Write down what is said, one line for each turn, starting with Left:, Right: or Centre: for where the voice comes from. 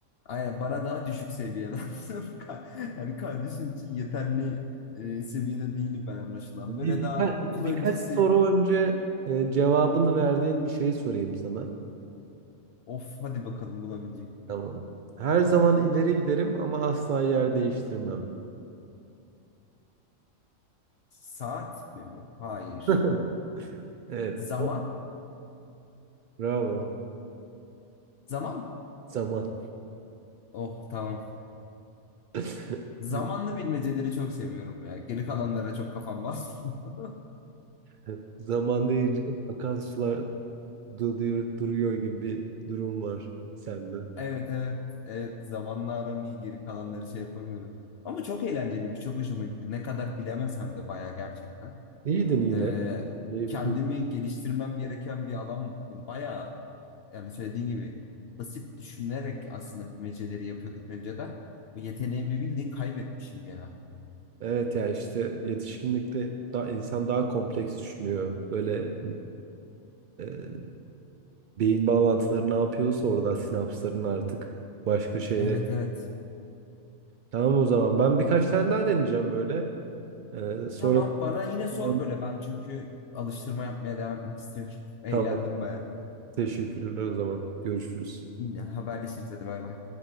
Left: Aynen bana daha düşük seviyeden. <laughs> Ka- Yani kardeşin için yeterli e, seviyede değilim ben anlaşılan.
Right: Bir,
Left: Böyle
Right: birka-
Left: daha okul
Right: birkaç
Left: öncesi.
Right: soru önce e, cevabını verdiğin bir şeyi sorayım sana.
Left: Of hadi bakalım bulabilecek.
Right: Tamam.
Left: miyim?
Right: Her zaman ileri giderim ama asla yer değiştirmem.
Left: Saat mi bu? Hayır.
Right: <laughs> Evet.
Left: Zaman.
Right: O- Bravo.
Left: Zaman mı?
Right: Zaman.
Left: Oh tamam.
Right: <laughs>
Left: Zamanlı bilmeceleri çok seviyorum ya. Geri kalanlara çok kafam basmıyor. <laughs>
Right: Güzel. Zaman deyince akan sular duruyor, duruyor gibi bir durum var sende.
Left: Evet evet. Evet zamanla aram iyi geri kalanları şey yapamıyorum. Ama çok eğlenceliymiş. Çok hoşuma gitti. Ne kadar bilemesem de bayağı gerçekten.
Right: İyiydin yine.
Left: Ee,
Right: Keyifli.
Left: kendimi geliştirmem gereken bir alan buldum. Bayağı yani söylediğin gibi basit düşünerek aslında bilmeceleri yapıyorduk önceden. Bu yeteneğimi bildiğin kaybetmişim ya.
Right: Evet ya işte yetişkinlikte daha, insan daha kompleks düşünüyor. Böyle e, Beyin bağlantıları ne yapıyorsa orada sinapsların artık başka şeyler.
Left: Evet evet.
Right: Tamam o zaman ben birkaç tane daha deneyeceğim böyle. Ee, sonra
Left: Tamam bana yine sor
Right: tamam
Left: böyle ben çünkü alıştırma yapmaya devam etmek istiyorum. <laughs> Eğlendim
Right: Tamam.
Left: baya.
Right: teşekkürler o zaman görüşürüz.
Left: Yine haberleşiriz hadi bay bay.